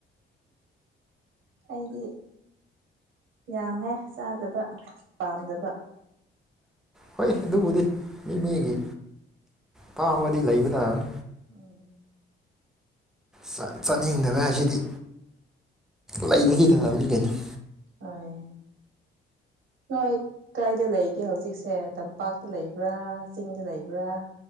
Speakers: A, on the right; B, in the centre.
A: ꯑꯩꯗꯤ ꯌꯥꯝꯃꯦ ꯆꯥꯗꯕ ꯄꯥꯝꯗꯕ
B: ꯍꯣꯏ ꯑꯗꯨꯕꯨꯗꯤ ꯃꯤ ꯃꯤꯒꯤ ꯄꯥꯝꯃꯗꯤ ꯂꯩꯕ ꯇꯥꯕꯅꯤ
A: ꯎꯝ
B: ꯆꯥꯛ ꯆꯥꯅꯤꯡꯗꯔꯦ ꯉꯁꯤꯗꯤ ꯂꯩꯕꯗꯤ ꯇꯥꯕꯅꯤ ꯀꯩꯅꫭ
A: ꯍꫭꯏ ꯅꫭꯏ ꯀꯥꯏꯗ ꯂꯩꯒꯦ ꯍꯧꯖꯤꯛꯁꯦ ꯇꯝꯄꯥꯛꯇ ꯂꯩꯕ꯭ꯔꯥ ꯆꯤꯡꯗ ꯂꯩꯕ꯭ꯔꯥ